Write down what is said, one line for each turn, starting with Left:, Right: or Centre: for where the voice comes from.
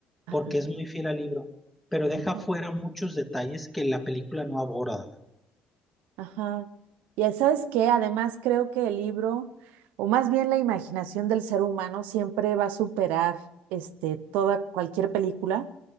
Right: ajá,
Centre: porque es muy fiel al libro, pero deja
Right: ajá,
Centre: fuera muchos detalles que la película no aborda.
Right: ajá. Y ¿sabes qué? Además creo que el libro, o más bien la imaginación del ser humano siempre va a superar, este, toda, cualquier película.